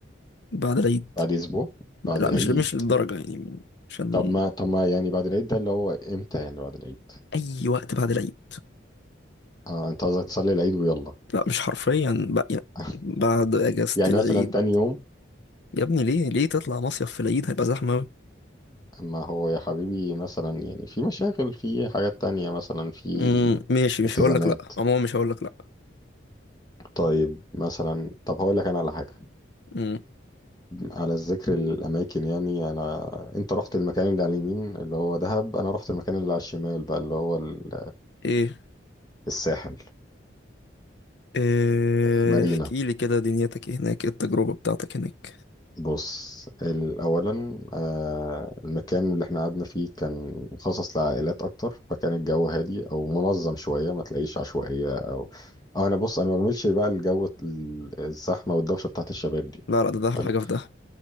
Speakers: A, on the left; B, on the left.
A: بعد العيد
B: بعد اسبوع
A: لا
B: بعد العيد
A: مش مش للدرجة يعني عشان
B: طب ما طب ما يعني بعد العيد ده اللي هو امتى يعني بعد العيد
A: أي وقت بعد العيد
B: اه انت قصدك تصلي العيد ويلا
A: لا مش حرفيا بقى يعني
B: <laughs>
A: بعد أجازة
B: يعني
A: العيد
B: مثلا تاني يوم
A: يا ابني ليه ليه تطلع مصيف في العيد هيبقى زحمة أوي
B: ما هو يا حبيبي مثلا يعني في مشاغل في حاجات تانية مثلا في
A: أمم، ماشي مش
B: التزامات
A: هقولك لأ عموما مش هقولك لأ
B: طيب مثلا طب هقول لك انا على حاجة
A: أمم،
B: على الذكر الاماكن يعني انا انت رحت المكان اللي على اليمين اللي هو دهب انا رحت المكان اللي على الشمال بقى اللي هو ال-
A: إيه
B: الساحل
A: إيه
B: مارينا
A: احكي لي كده دنيتك إيه هناك إيه التجربة بتاعتك هناك
B: بص ال- اولا آه، المكان اللي احنا قعدنا فيه كان مخصص لعائلات اكتر فكان الجو هادي او منظم شويه ما تلاقيش عشوائيه او أو انا بص انا ما بعملش بقى الجو ال- الزحمه والدوشه بتاعت الشباب دي
A: لا لا ده ده أحلى
B: حلو
A: حاجة في ده